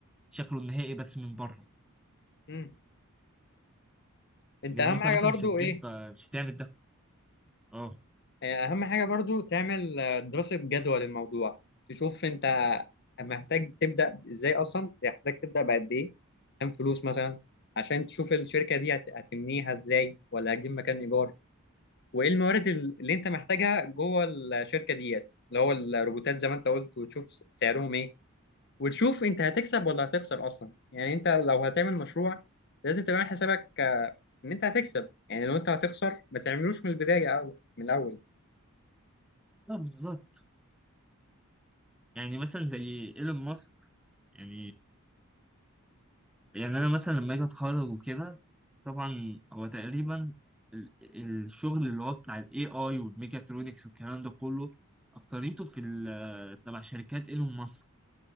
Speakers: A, in the centre; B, on the left.
A: شكله النهائي بس من بره
B: امم انت
A: لأن
B: اهم
A: أنت
B: حاجه
A: مثلا
B: برضو
A: مش هتجيب
B: ايه
A: آه، مش هتعمل ده اه
B: آه، اهم حاجه برضو تعمل آه، دراسه جدوى للموضوع تشوف انت محتاج تبدا ازاي اصلا محتاج تبدا بقد ايه كام فلوس مثلا عشان تشوف الشركه دي هت- هتبنيها ازاي ولا هتجيب مكان ايجار وايه الموارد ال- اللي انت محتاجها جوه الشركه ديت اللي هو الروبوتات زي ما انت قلت وتشوف س- سعرهم ايه وتشوف انت هتكسب ولا هتخسر اصلا يعني انت لو هتعمل مشروع لازم تعمل حسابك آه، ان انت هتكسب يعني لو انت هتخسر ما تعملوش من البدايه أو من الاول
A: لا بالظبط يعني مثلا زي ايلون ماسك يعني يعني انا مثلا لما اجي اتخرج وكده طبعا هو تقريبا ال- الشغل اللي هو بتاع الاي اي والميكاترونكس والكلام ده كله اكتريته في ال- تبع شركات ايلون ماسك